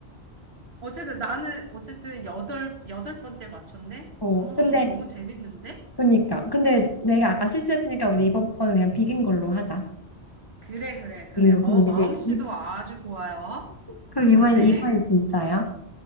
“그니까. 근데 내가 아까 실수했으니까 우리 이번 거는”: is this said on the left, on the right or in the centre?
Left